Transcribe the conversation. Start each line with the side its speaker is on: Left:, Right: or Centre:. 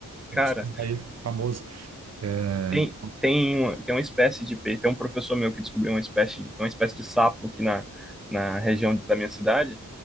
Centre: Cara,
Right: Esse Daí, é famoso. É,
Centre: tem tem uma, tem uma espécie de peixe, tem um professor meu que descobriu uma espécie, uma espécie de sapo aqui na na região da minha cidade.